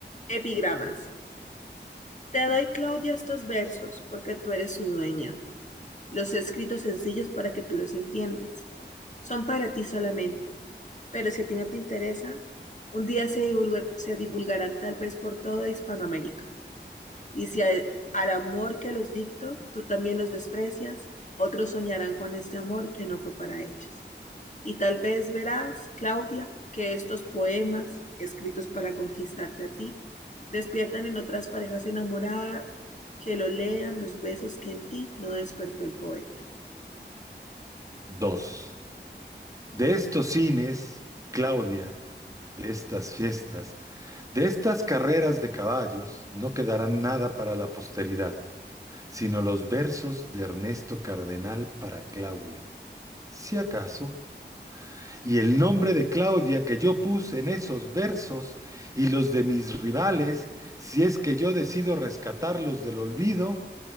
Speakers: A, on the left (about 40°); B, on the right (about 15°).
A: Epigramas. Te doy, Claudia, estos versos porque tú eres su dueña. Los he escrito sencillos para que tú los entiendas. Son para ti solamente, pero si a ti no te interesan, un día se, divulgar- se divulgarán tal vez por toda Hispanoamérica. Y si al, al amor que los dicto tú también los desprecias, otros soñarán con este amor que no fue para ellos. Y tal vez verás, Claudia, que estos poemas, escritos para conquistarte a ti, despiertan en otras parejas enamoradas que lo lean los besos que en ti no despertó el poeta.
B: Dos. De estos cines, Claudia, de estas fiestas, de estas carreras de caballos, no quedará nada para la posteridad, sino los versos de Ernesto Cardenal para Claudia, si acaso, y el nombre de Claudia que yo puse en esos versos y los de mis rivales, si es que yo decido rescatarlos del olvido